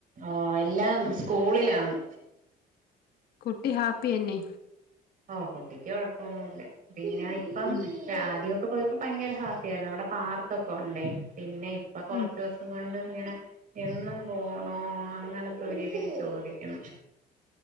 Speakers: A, on the right; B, on the left.
A: ഓ എല്ലാം സ്കൂളിലാണ്
B: കുട്ടി ഹാപ്പി എന്നെ
A: ഓ കുട്ടിക്ക് കുഴപ്പൊന്നില്ല പിന്നെ ഇപ്പം
B: ഉം
A: ആദ്യ ഒക്കെ പോയപ്പോ ഭയങ്കര ഹാപ്പി ആയിരുന്നു അവിടെ പാർക്കൊക്കെ ഉണ്ടെ പിന്നെ ഇപ്പൊ കുറച്ച്
B: ഉം
A: ദിവസം കൊണ്ട് അങ്ങനെ എന്നും പോണോ അങ്ങനത്തെ രീതിൽ ചോദിക്കുന്നു